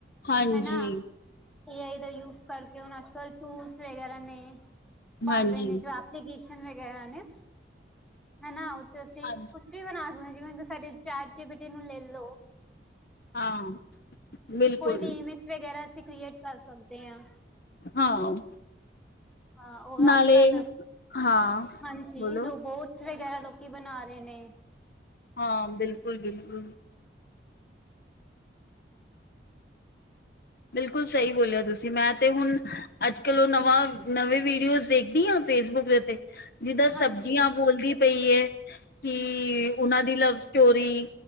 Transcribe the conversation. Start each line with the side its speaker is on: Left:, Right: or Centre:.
Left: ਹਾਂਜੀ
Centre: ਹਨਾ ਏ ਆਈ ਦਾ ਯੂਜ ਕਰਕੇ ਹੁਣ ਅੱਜ ਕੱਲ ਟੂਲਸ ਵਗੈਰਾ ਨੇ ਬਣ
Left: ਹਾਂਜੀ
Centre: ਰਹੇ ਨੇ ਜੋ ਐਪਲੀਕੇਸ਼ਨ ਵਗੈਰਾ ਨੇ, ਹਨਾ ਉਹ ਚ ਅਸੀਂ
Left: ਹਾਂਜੀ
Centre: ਕੁੱਛ- ਕੁੱਝ ਵੀ ਬਣਾ ਸਕਦੇ ਜਿਵੇਂ ਤੁ ਸਾਡੇ ਚੇਟ ਜ਼ੀ ਬੀ ਟੀ ਨੂੰ ਲੈ ਲੋ।
Left: ਹਾਂ। ਬਿਲਕੁਲ
Centre: ਕੋਈ ਵੀ ਇਮੇਜ ਵਗੈਰਾ ਅਸੀਂ ਕ੍ਰੀਏਟ ਕਰ ਸਕਦੇ ਹਾਂ।
Left: ਹਾਂ
Centre: ਹਾਂ ਔਰ
Left: ਨਾਲੇ,
Centre: ਅੱਜ ਕੱਲ
Left: ਹਾਂ।
Centre: ਹਾਂਜੀ
Left: ਬੋਲੋ
Centre: ਰੋਬੋਟਸ ਵਗੈਰਾ ਲੋਕੀ ਬਣਾ ਰਹੇ ਨੇ।
Left: ਹਾਂ ਬਿਲਕੁੱਲ- ਬਿਲਕੁੱਲ। ਬਿਲਕੁੱਲ ਸਹੀ ਬੋਲਿਓ ਤੁਸੀਂ, ਮੈਂ ਤੇ ਹੁਣ ਅੱਜ ਕੱਲ ਉਹ ਨਵਾਂ, ਨਵੀਂ ਵੀਡੀਓਜ਼ ਦੇਖਦੀ ਆ ਫੇਸਬੁੱਕ ਦੇ ਉੱਤੇ। ਜਿੱਦਾਂ
Centre: ਹਾਂਜੀ
Left: ਸਬਜ਼ੀਆਂ
Centre: ਹੂੰ
Left: ਬੋਲਦੀ ਪਈ ਏ, ਕੀ ਉਹਨਾਂ ਦੀ ਲਵ ਸਟੋਰੀ